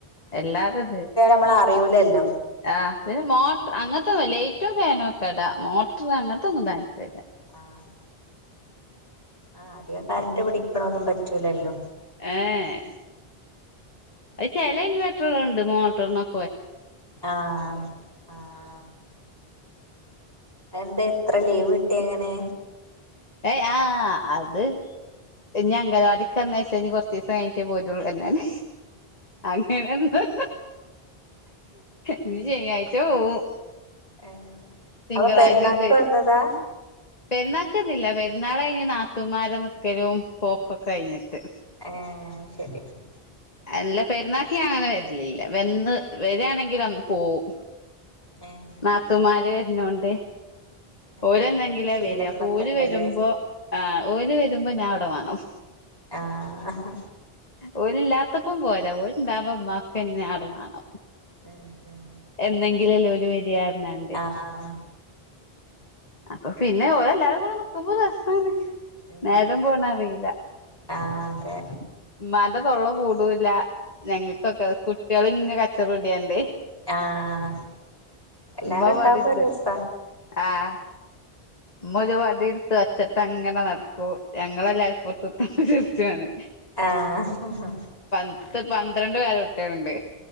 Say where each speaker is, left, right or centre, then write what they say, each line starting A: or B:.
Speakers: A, on the left; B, on the left.
A: എല്ലാതുംദേ
B: അമ്മള് അറിയൂലല്ലോ
A: ആഹ്‌ പിന്നെ മോട്ടർ അങ്ങൻത്തൊന്ന് ലൈറ്റും ഫാനും ഒക്കെ ഇടാ മോട്ടർ അങ്ങൻത്തൊന്നും ഇടാൻപറ്റൂല
B: ആഹ്‌ ആഹ്‌ അധികം കറന്റ് പിടിക്കണൊന്നും പറ്റൂലല്ലോ
A: ഏഹ്‌ അത് ചില ഇൻവർട്ടറുകളുണ്ട് മോട്ടറിനൊക്കെ വ
B: ആഹ്‌ ആഹ്‌ അതെന്തെ ഇത്ര ലീവ് കിട്ടിയ എങ്ങനെ
A: ഏയ് ആഹ്‌ അത് ഇനി അംഗനവാടിക്ക് പറഞ്ഞ് കഴിഞ്ഞാൽ കുറച്ച് ദിവസം കഴിഞ്ഞിട്ടേ പോരൂള്ളൂ എന്നാണ് അങ്ങനെ ഒന്നും ഇനി ശനിയാഴ്ച പോകും
B: ഏഹ്
A: തിങ്കളാഴ്ച
B: അപ്പൊ പെരുന്നാക്ക്
A: മുതൽ
B: വന്നതാ
A: പെരുന്നാൾക്കന്നില്ല പെുന്നാൾ കഴിഞ്ഞ് നാത്തുമാരുടെ നിക്കലും പോക്കൊക്കെ കഴിഞ്ഞിട്ട്
B: ഏഹ് അത് ശെരി
A: അല്ല പെരുന്നാക്ക് ഞാൻ അങ്ങനെ വരിലില്ല വന്ന് വരിയാണെങ്കിൽ അന്ന് പോവും
B: ഏഹ്
A: നാത്തൂമാര് വരുന്നകൊണ്ട്
B: ഏഹ്
A: ഓര്
B: അങ്ങനത്തെ
A: എന്നെങ്കിലുവാ
B: ശീലങ്ങളൊക്കെ
A: വരിക അപ്പൊ ഓല്
B: ഇണ്ട്ല്ലേ
A: വരുമ്പോ ആഹ്‌ ഓല് വരുമ്പോ ഞാൻ അവിടെ വേണം
B: ആഹ്‌
A: ഓരില്ലാത്തപ്പം പോരാം ഓര് ഉണ്ടാവുമ്പം ഉമ്മാക്ക് എന്നെ അവിടെ വേണം
B: ഉം ഉം
A: എന്നെങ്കിലും അല്ലേ ഓല് വരിക പറഞ്ഞാണ്ട്
B: ആഹ്‌ ആഹ്
A: അപ്പൊ പിന്നെ ഓരല്ലാവരും കൂടെ നിക്കുമ്പോ രസാണ്
B: ഉം
A: നേരം പോണ അറിയില്ല
B: ആഹ് അതെ
A: ഉമ്മാന്റെ തൊള്ള പൂടൂല്ല ഞങ്ങൾക്കൊക്കെ കുട്ടികൾ ഇങ്ങനെ കച്ചറ കൂടിയാണ്ട്
B: ആഹ്‌ എല്ലാരും
A: ഉമ്മ
B: ഉണ്ടാവുമ്പോ
A: വടിടുത്തരും
B: ഒരു രസവാ
A: ആഹ് ഉമ്മ ഒരു വടി എടുത്ത് വച്ചിട്ട് അങ്ങനെ നടക്കൂ ഞങ്ങളല്ല പുറത്തുട്ട ചരിച്ചുവാണ്
B: ആഹ്‌
A: പത്ത് പന്ത്രണ്ട് പേരക്കുട്ടികളുണ്ട്